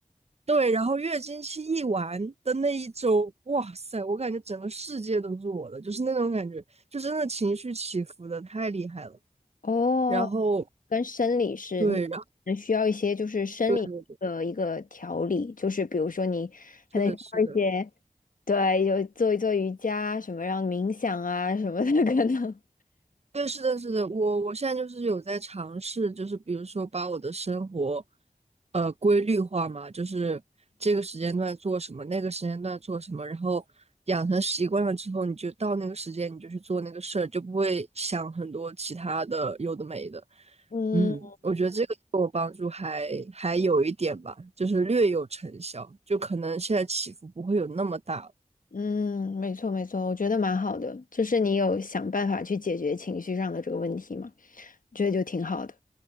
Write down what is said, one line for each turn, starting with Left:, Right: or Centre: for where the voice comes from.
Right: 对，然后月经期一完的那一周，哇塞，我感觉整个世界都是我的，就是那种感觉，就真的情绪起伏的太厉害了。
Left: 哦，
Right: 然后
Left: 跟生理是，
Right: 对，然后
Left: 能需要一些就是生理的一个调理，
Right: 对，
Left: 就是比如说你可能需要一些，
Right: 是的，是的。
Left: 对，有做一做瑜伽什么，让冥想啊什么的可能。
Right: 对，是的，是的，我我现在就是有在尝试，就是比如说把我的生活，呃，规律化嘛，就是这个时间段做什么，那个时间段做什么，然后养成习惯了之后，你就到那个时间你就去做那个事儿，就不会想很多其他的有的没的。
Left: 嗯
Right: 嗯，我觉得这个对我帮助还还有一点吧，就是略有成效，就可能现在起伏不会有那么大了
Left: 嗯，没错没错，我觉得蛮好的，就是你有想办法去解决情绪上的这个问题嘛，我觉得就挺好的。